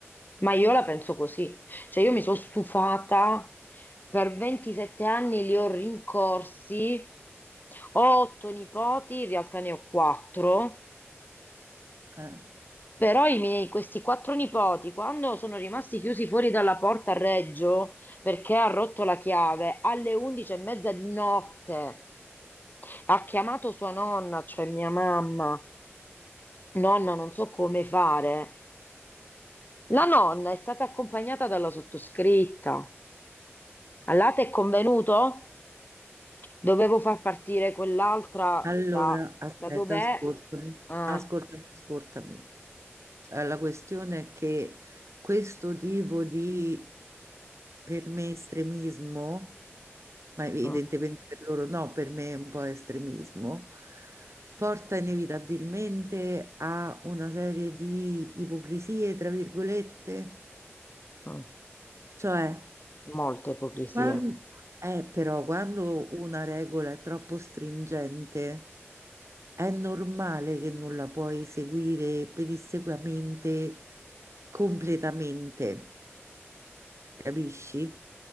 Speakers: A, on the left; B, on the right.
A: ma io la penso così. Cioè io mi sono stufata, per 27 anni li ho rincorsi, ho otto nipoti, in realtà ne ho quattro,
B: Eh.
A: però i miei, questi quattro nipoti, quando sono rimasti chiusi fuori dalla porta a Reggio, perché ha rotto la chiave, alle 11 e mezza di notte, ha chiamato sua nonna, cioè mia mamma, nonna non so come fare, La nonna è stata accompagnata dalla sottoscritta. All'ate è convenuto? Dovevo far partire quell'altra
B: Allora,
A: da,
B: aspetta,
A: da dov'è?
B: ascoltami,
A: Eh,
B: ascoltami, ascoltami. Eh, La questione è che questo tipo di, per me, estremismo, ma evidentemente
A: mm,
B: per loro no, per me è un po' estremismo, porta inevitabilmente a una serie di ipocrisie, tra virgolette,
A: mm,
B: cioè...
A: molta ipocrisia.
B: Quan- eh, però quando una regola è troppo stringente, è normale che non la puoi seguire pedissequamente, completamente, capisci?